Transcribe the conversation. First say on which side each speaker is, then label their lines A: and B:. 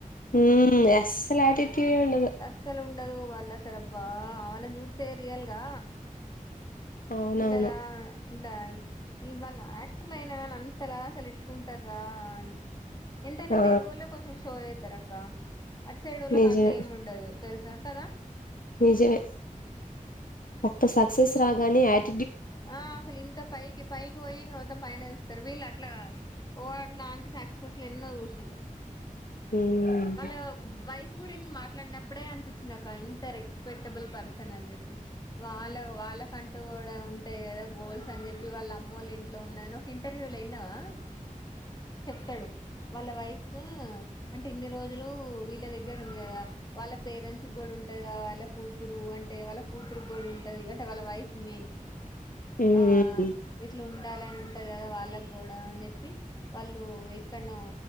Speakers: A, on the left; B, on the left.
A: హుమ్మ్ యాస్సాలు యాటిట్యూడే ఉండదు
B: అసలు ఉండదు వాళ్ళసలు అబ్బా వాళ్ళని జూత్తే రియల్గా
A: అవునవును
B: యీలదా ఇలా ఇవాళ యాక్టర్లు అయినా గాని అంతలా అసలు ఎట్లుంటర్ రా అని ఎంతైనా
A: ఆ
B: తెలుగోళ్లే కొంచెం షో జేత్తరు అక్క అట్ సైడోళ్ళకి
A: నిజమే
B: అట్లా ఏం ఉండదు తెలుసా కదా
A: నిజమే ఒక్క సక్సస్ రాగానే యాట్
B: ఆఁ అసలు ఇంత పైకి పైకిపోయి ఇంక మొత్తం పైన చూస్తారు వీళ్ళుట్లా కాదు ఓ అట్లాంటి సక్సెల్లు ఎన్నో చూసింర్రు
A: ఉమ్
B: వాళ్ళ వైఫ్ గురించి మాట్లాడినప్పుడే అనిపించ్చి నాక ఎంత రెస్పెక్టబుల్ పర్సన్ అని చెప్పి వాళ్ళ వాళ్ళకంటూ గూడా ఉం ఉంటాయి కదా గోల్స్ అని చెప్పి వాళ్ళమ్మెళ్ళ ఇంట్లో ఉన్నాను ఒక ఇంటర్వ్యూలో యిన్నావా చెప్తడు వాళ్ళ వైఫ్ హాఁ అంటే ఇన్ని రోజులు వీళ్ళ దగ్గర ఉంది కదా వాళ్ళ పేరెంట్స్ కూడా ఉంటది వాళ్ళ కూతురు అంటే వాళ్ళ కూతురుకి గూడా ఉంటది అంటే వాళ్ళ వైఫ్ మీన్
A: ఉమ్
B: ఆఁ ఇట్లా ఉండాలని ఉంటది కదా వాళ్ళక్ గూడా అని చెప్పి వాళ్ళు ఎక్ ఎక్కడ్నో